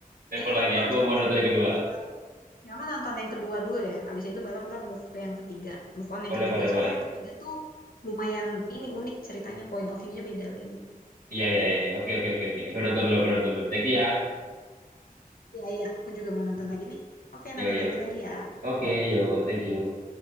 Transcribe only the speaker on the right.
telepon
lagi,
aku
mau nonton yang kedua.
Boleh
boleh
boleh.
Iya iya iya. Oke oke oke oke. Aku nonton dulu, aku nonton dulu. Thank you ya.
Yo
yo.
Oke yo, thank you.